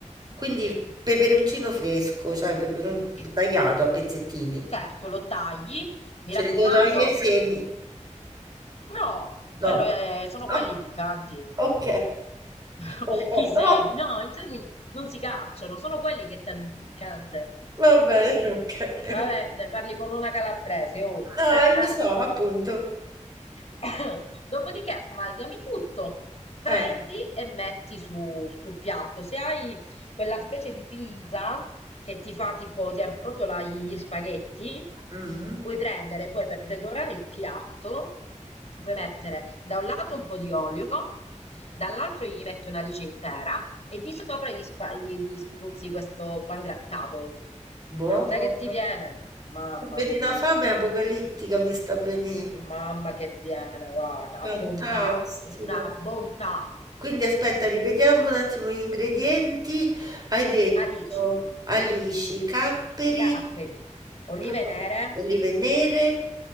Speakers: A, on the right (about 30°); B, on the left (about 50°).
A: Quindi peperoncino fresco, cioè peperon
B: Sì.
A: tagliato a pezzettini.
B: Certo, lo tagli, mi
A: Ce
B: raccomando.
A: li devo togliere i semi?
B: No,
A: No.
B: quello è- sono
A: Ah,
B: quelli piccanti.
A: Ok.
B: <laughs>
A: Vabbè,
B: I semi,
A: No.
B: no, i semi non si cacciano, sono quelli che danno il piccante.
A: Va bene,
B: <laughs>
A: ok.
B: Vabbè,
A: ok.
B: ne parli con una calabrese, oh.
A: No,
B: Eh, eh.
A: eh, lo so, appunto.
B: <coughs> Dopodiché amalgami tutto, prendi
A: Eh.
B: e metti su- sul piatto. Se hai quella specie di pinza che ti fa tipo, ti arrotola gli spaghetti,
A: Mhm,
B: puoi prendere poi per decorare il piatto, puoi mettere da un lato un po' di olio, dall'altro gli metti una lice intera e di sopra gli, spa- gli- gli spruzzi questo pangrattato.
A: Buono.
B: Ma sai che ti viene? Mamma
A: Sta venendo
B: mia!
A: una fame apocalittica, mi sta venendo.
B: Mamma che viene, guarda, una
A: Fantastico.
B: bontà, una bontà.
A: Quindi aspetta, ripetiamo un attimo gli ingredienti. Hai detto
B: Alici,
A: alici, capperi,
B: capperi, olive
A: po-
B: nere
A: olive nere